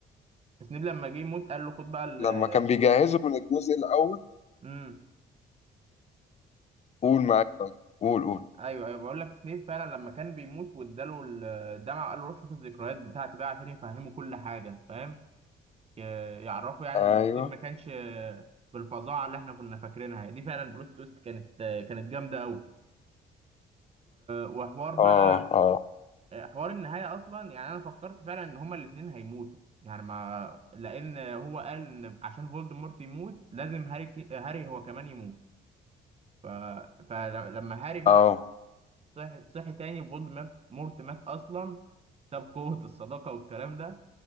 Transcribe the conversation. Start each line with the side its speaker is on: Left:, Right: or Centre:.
Right: سنيب لما جه يموت قال له خد بقى ال
Left: لما كان بيجهزه من الجزء الاول
Right: امم
Left: قول معاك قول قول
Right: ايوه ايوه بقول لك سنيب فعلا لما كان بيموت واداله الدمعه وقال له روح شوف الذكريات بتاعتي بقى عشان يفهمه كل حاجه انت فاهم ي- يعرفه يعني
Left: ايوه
Right: ان سنيب ما كانش بالفظاعه اللي احنا كنا فاكرينها يعني دي فعلا بلوت تويست كانت كانت جامده قوي وحوار بقى
Left: اه اه
Right: حوار النهاية أصلا يعني أنا فكرت فعلا إن هما الاتنين هيموتوا يعني ما لأن هو قال إن عشان فولدمورت يموت لازم هاري كي... هاري هو كمان يموت ف... فلما هاري بقى
Left: اه
Right: صحي صحي تاني فولدمورت مات أصلا ساب قوة الصداقة والكلام ده